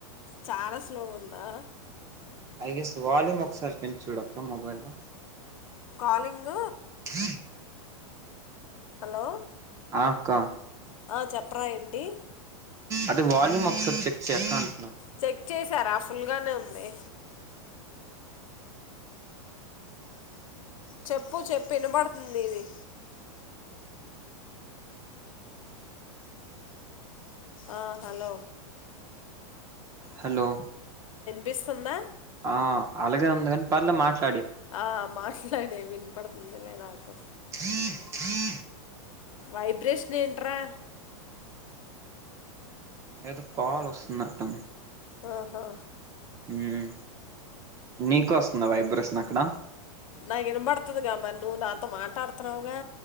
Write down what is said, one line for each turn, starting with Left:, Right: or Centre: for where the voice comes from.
Left: చాలా స్లో ఉందా
Right: ఐ గెస్ వాల్యూమ్ ఒకసారి పెంచి చూడక్క మొబైల్ లో
Left: కాలింగ్
Right: హ
Left: హలో
Right: ఆక
Left: ఆ చెప్పరా ఏడి
Right: అదే వాల్యూమ్ ఒకసారి చెక్ చేయక
Left: చెక్ చేసారా ఫుల్గానే ఉంది చెప్పు చెప్పు వినబడుతుంది ఇది ఆ హలో
Right: హలో
Left: పిస్తుంద
Right: ఆ అలాగే ఉంది కాని పర్లే మాట్లా
Left: ఆ మా సడే వినపడుతుంది లే నాకోం
Right: హ
Left: వైబ్రేషన్ ఏంట్రా
Right: ఏదో కాల్ వస్తున్నట్టు
Left: ఆహా
Right: ఉమ్ నీకోస్తుందా వైబ్రేషన్ అక్కడ
Left: నాకు వినబడుతుందిగా మరి నువ్వు నాతో మాట్డుతున్నావుగా